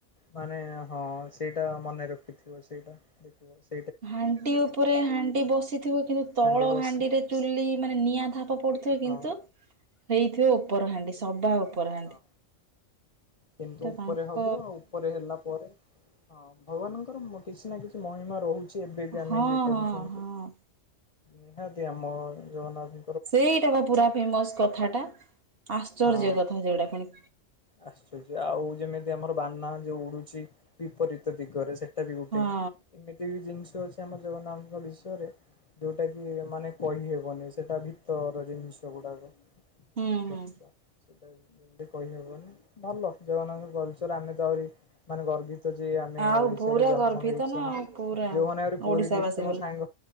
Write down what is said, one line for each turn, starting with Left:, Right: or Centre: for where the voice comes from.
Left: ମାନେ ହଁ ସେଇଟା ମନେ ରଖିଥିବ ସେଇଟା ଦେଖିବ ସେ
Right: ହାଣ୍ଡି ଉପରେ ହାଣ୍ଡି ବସିଥିବ କିନ୍ତୁ ତଳ
Left: ହାଣ୍ଡି ବସେ
Right: ହାଣ୍ଡିରେ ଚୁଲି ମାନେ ନିଆଁ ଧା ସ ପଡୁଥିବ
Left: ହଁ
Right: କିନ୍ତୁ ହେଇଥିବ ଉପର ହାଣ୍ଡି ସଭା ଉପର ହା
Left: ହଁ କିନ୍ତୁ ଉପରେ
Right: ତାଙ୍କ
Left: ହବ ଉପରେ ହେଲା ପରେ ହଁ ଭଗବାନଙ୍କର ବୋଧେ କିଛି ନାଁ କିଛି ମହିମା ରହୁଛି ଏବେ ବି ଆମେ
Right: ହଁ
Left: ଇଏ କରୁଛନ୍ତି।
Right: ହଁ ହଁ
Left: ନିହାତି ଆମ ଜଗନ୍ନାଥ।
Right: ସେଇଟା ବା ପୁରା ଫେମସ କଥାଟା ଆଶ୍ଚର୍ଯ୍ୟ
Left: ହଁ
Right: କଥା ଯଉଟା ପୁଣି।
Left: ଆଶ୍ଚର୍ଯ୍ୟ ଆଉ ଯେମିତି ଆମର ବାନା ଯୋଉ ଉଡୁଛି ବିପରୀତ ଦିଗରେ ସେ ବି ଗୋଟେ
Right: ହଁ
Left: ଏମିତି ବି ଜିନିଷ ଅଛି ଆମ ଜଗନ୍ନାଥ ବିଷୟରେ ଯୋଉଟା କି ମାନେ କହିହେବନି ସେଟା ଭିତର ଜିନିଷ ଗୁଡାକ। ବୁଝିପାରୁଛ
Right: ହୁଁ ହୁଁ।
Left: ସେଇଟା ଏମିତି କହିହବନି। ଭଲ ଜଜଗନ୍ନାଥଙ୍କ କଲଚର ଆମେ ତ ଆହୁରି ମାନେ ଗର୍ବିତ। ଯେ ଆମେ
Right: ଆଉ
Left: ଓଡିଶାରେ
Right: ପୁରା
Left: ଜନ୍ମ
Right: ଗର୍ବିତ
Left: ହେଇଛନ୍ତି
Right: ନା ଆଉ ପୁରା
Left: ଯୋଉମାନେ ଆହୁରି ପୁରୀ
Right: ଓଡିଶାବାସୀ
Left: ଡିଷ୍ଟ୍ରିକ୍ଟ
Right: ବୋଲି।
Left: ମୋ ସାଙ୍ଗ